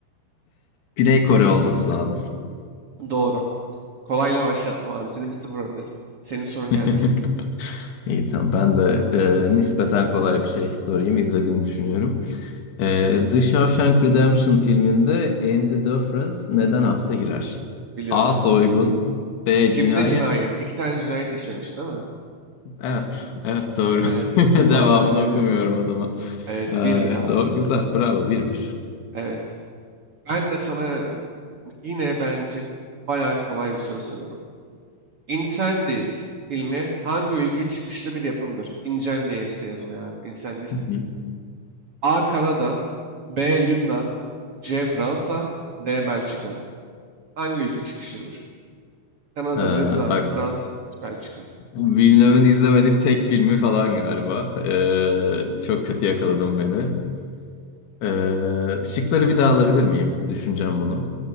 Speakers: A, on the left; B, on the right.
A: Güney Kore olması lazım.
B: Doğru. Kolayla başlattım abi. Senin bir sıfır öndesin. Senin sorun
A: <laughs>
B: gelsin.
A: İyi tamam. Ben de e, nispeten kolay bir şey sorayım. İzlediğini düşünüyorum. E, The Shawshank Redemption filminde Andy Dufresne neden hapse girer?
B: Biliyorum
A: A. Soygun.
B: abi.
A: B.
B: Çifte
A: Cinayet.
B: cinayet. İki tane cinayet işlemiş değil mi?
A: Evet. Evet doğru.
B: Evet.
A: <laughs>
B: <laughs> Doğru.
A: Devamını
B: <laughs> Biliyorum.
A: okumuyorum o zaman.
B: Evet.
A: E,
B: Bir bir abi.
A: do- güzel. Bravo. 1-1.
B: Evet. Ben de sana yine bence bayağı kolay bir soru soruyorum. Incendies filmi hangi ülke çıkışlı bir yapımdır? Incendies diye yazılıyor abi. Incendies
A: Hı hı.
B: A. Kanada B. Lübnan C. Fransa D. Belçika Hangi ülke çıkışıdır? Kanada,
A: Ha,
B: Lübnan,
A: bak
B: Fransa, Belçika.
A: bu Villeneuve'ın izlemediğim tek filmi falan galiba. Ee, çok kötü yakaladım beni. Ee, şıkları bir daha alabilir miyim? Düşüneceğim bunu.